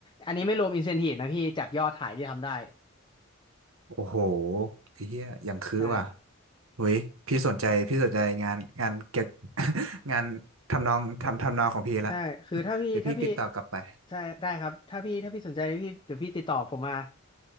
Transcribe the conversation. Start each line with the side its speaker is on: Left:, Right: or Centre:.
Left: อันนี้ไม่รวมอินเซนทีฟนะพี่จากยอดขายที่ทำได้
Right: โอ้โหไอ้เฮียอย่างคือว่ะ
Left: ใช่
Right: เฮ้ยพี่สนใจพี่สนใจงานงานเก็บ <laughs> งานทำนองทำทำนองของพี่ละ
Left: ใช่คือถ้าพี่ถ้าพี่
Right: <laughs> เดี๋ยวพี่ติดต่อกลับไป
Left: ใช่ได้ครับถ้าพี่ถ้าพี่สนใจพี่เดี๋ยวพี่ติดต่อผมมา